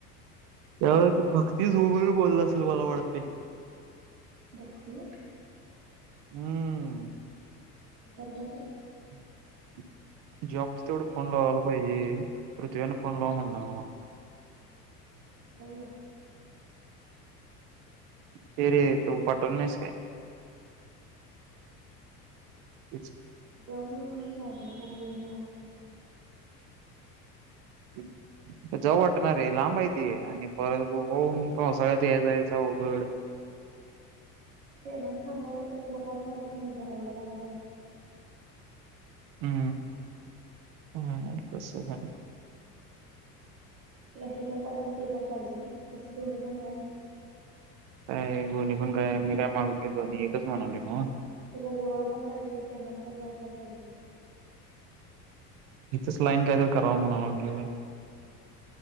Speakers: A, on the right; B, on the right.
A: त्यावे त भक्तीच वगैरे बोलला असेल मला वाटते.
B: बघते
A: हम्म
B: जरी काय
A: <inaudible> जॉब तेथड फोन लावयला पाहिजे प्रृथ्वीने फोन लावू म्हटलं
B: <inaudible>
A: ते र तू पाटोल नाहीस का. <inaudible>
B: जाऊन म्हणून सांगला बुग घेऊन आला तरी जाऊन.
A: <inaudible> जाऊ वाटणारे लांब यती आणि परत होऊन पावसाळ्यात या जायचं अवघड.
B: पेमेंट चांगला असे तर तुला काय प्रॉब्लेम नाही जा एवढ्या ला जायला.
A: हम् हम
B: तुला हे पण पाहिजे आणि ते पण पाहिजे कस दोन्ही पण मिळेल.
A: काय गोन्नी पण काय मी काय मागितली दोन्ही एकच म्हनवले मग
B: तुला जवळ पण पाहिजे पेमेंट पण जास्त पाहिजे.
A: इथेच लाईन कायतरी कराव म्हणाव लागल.